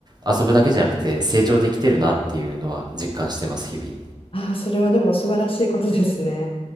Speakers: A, on the right (about 35°); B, on the left (about 50°).
A: 遊ぶだけじゃなくて成長できてるなっていうのは実感してます、日々。
B: ああ、それはでも素晴らしいことですね。